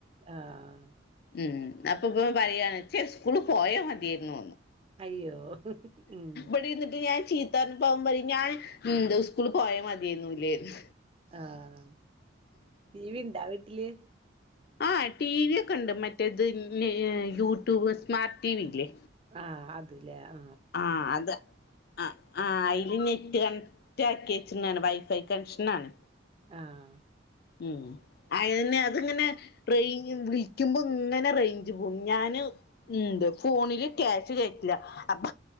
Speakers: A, on the right; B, on the left.
A: ആഹ....
B: ഉം അപ്പ ഇപ്പ പറയയാണെച്ച സ്കൂള് പോയേ മതിായിരുന്നു
A: അയ്യോ ഉം
B: ഇടെന്നിട്ട് ഞാൻ ചീ പോകുമ്പോഴ ഞാൻന്ത സ്കൂള പോയൽ മതിയന്നൂല്ലന്ന്
A: ആഹ ടിവിണ്ടാ വീട്ടില്
B: ആ ടി വി ഒക്കെ ഉണ്ട് മറ്റേത് യൂട്യൂബ് സ്മാർട്ട് ടിവി ഇല്ലേ
A: ആഹ അതല്ലേ ആ
B: ആ അത് ആ ആ അതിൽ ഞെട്ട ക ചാക്കേച്ചന ആണ് വൈഫൈ കണക്ഷൻ ആണ്
A: ആഹ്
B: ഉം അയന്നെ അതിങ്ങ്നെ റെയ്ഞ് വിളിക്കുമ്പോ ഇങ്ങനെ റെയിഞ്ച് പോകും ഞാന് ഉം ഇത് ഫോണില് ക്യാഷ് കഴറ്റില്ല അപ്പ